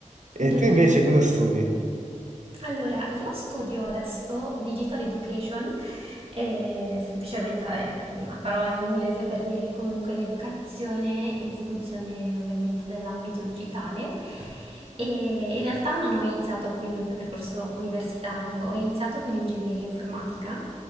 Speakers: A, on the right (about 65°); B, on the right (about 45°).
A: E
B: Bellissimo.
A: tu invece cosa studi?
B: Allora, io studio adesso Digital Education, e semplicemente vabbè, una parola in inglese per dire comunque l'educazione in funzione ovviamente dell'ambito digitale. E in realtà non ho iniziato con il mio percorso universitario, ho iniziato con ingegneria informatica.